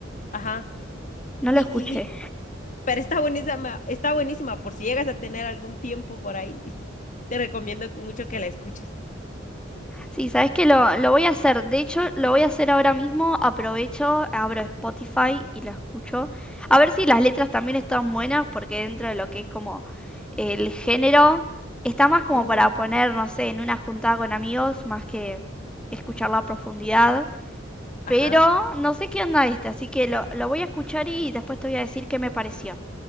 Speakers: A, on the left; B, in the centre.
A: ajá.
B: No
A: Y,
B: lo escuché.
A: y, y- pero está buenísima, está buenísima por si llegas a tener algún tiempo por ahí. <laughs> Te recomiendo mucho que la escuches.
B: Sí, ¿sabes que lo, lo voy a hacer? De hecho, lo voy a hacer ahora mismo. Aprovecho, abro Spotify y lo escucho. A ver si las letras también están buenas, porque dentro de lo que es como el género, está más como
A: Ujú.
B: para poner, no sé, en una juntada con amigos, más que escucharla a profundidad.
A: Ajá.
B: Pero no sé qué onda este, así que lo, lo voy a escuchar y después te voy a decir qué me pareció.